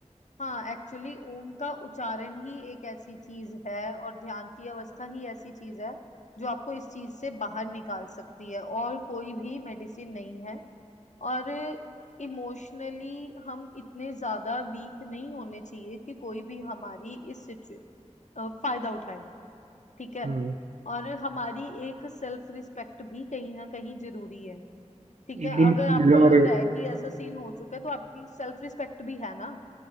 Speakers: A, on the left (about 75°); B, on the right (about 70°).
A: हाँ एक्चुअली ओम का उच्चारण ही एक ऐसी चीज है और ध्यान की अवस्था ही ऐसी चीज है जो आपको इस चीज से बाहर निकाल सकती है और कोई भी मेडिसिन नहीं है और इमोशनली हम इतने ज्यादा वीक नहीं होने चाहिए कि कोई भी हमारी इस सिचु अ, फायदा उठाए ठीक है
B: हम्म
A: और हमारी एक सेल्फ रिस्पेक्ट भी कहीं ना कहीं जरूरी है ठीक
B: बिल्कुल
A: है अगर आपको
B: यार
A: लग रहा है कि ऐसा सीन हो चुका है तो आपकी सेल्फ रिस्पेक्ट भी है ना